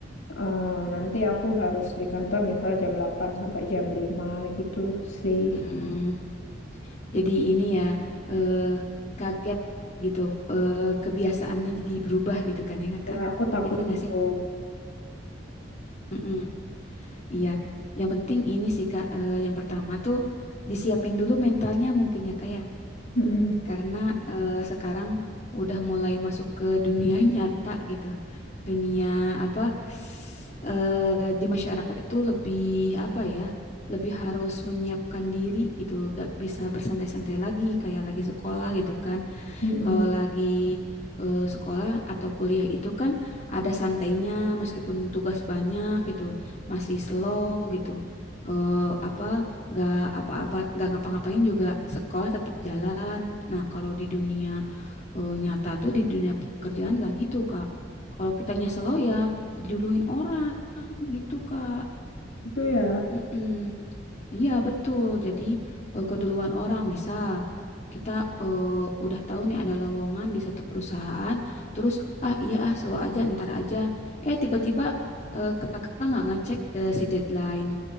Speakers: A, on the left; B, on the left.
A: eh, nanti aku harus di kantor misalnya jam 8 sampai jam lima gitu sih.
B: mm. Jadi ini ya, eh, kaget gitu, eh, kebiasaannya jadi berubah gitu kan ya
A: Ya,
B: Kak?
A: aku takut
B: Itu enggak
A: gitu.
B: sih? Mm-mm, Iya. Yang penting ini sih Kak, eh, yang pertama tuh disiapin dulu mentalnya mungkin ya Kak ya.
A: Mm-mm,
B: karena eh, sekarang udah mulai masuk ke dunia <laughs> nyata gitu. Dunia apa eh, di masyarakat itu lebih apa ya? Lebih harus menyiapkan diri gitu, gak bisa bersantai-santai lagi kayak lagi sekolah gitu kan.
A: mm-mm.
B: Kalau lagi eh, sekolah atau kuliah itu kan ada santainya meskipun tugas banyak gitu, masih slow gitu. Eh, apa nggak apa-apa nggak ngapa-ngapain juga sekolah tetap jalan. Nah, kalau di dunia eh, nyata tuh di dunia pekerjaan nggak gitu, Kak. Kalau kitanya slow ya diduluin orang gitu, Kak.
A: Itu ya.
B: Mm-mm. Iya, betul. Jadi eh, keduluan orang, misal kita eh, udah tahu nih ada lowongan di satu perusahaan, terus ah iya ah slow aja, ntar aja. Eh tiba-tiba eh, kakak nggak ngecek eh, si deadline